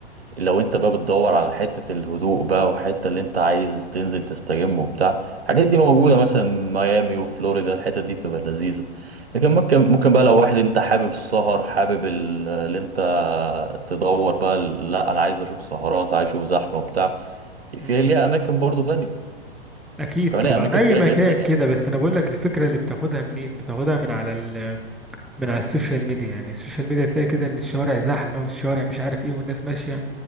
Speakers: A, on the right; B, in the centre.
A: لو انت بقى بتدور على حتة الهدوء بقى وحتة اللي انت عايز تنزل تستجم وبتاع الحاجات دي موجودة مثلا ميامي وفلوريدا الحتة دي بتبقى لذيذة لكن ممكن
B: مم.
A: ممكن بقى لو واحد انت حابب السهر حابب ال- اللي انت تدور بقى ال- لا انا عايز اشوف سهرات عايز اشوف زحمة وبتاع
B: مم.
A: في ليها اماكن برضو تانية
B: أكيد
A: كمان
B: طبعا
A: هي امريكا
B: أي
A: كبيرة
B: مكان
A: جدا
B: كده
A: يعني
B: بس أنا بقول لك الفكرة اللي بتاخدها منين بتاخدها من على ال... من على السوشيال ميديا يعني السوشيال ميديا تلاقي كده إن الشوارع زحمة والشوارع مش عارف إيه والناس ماشية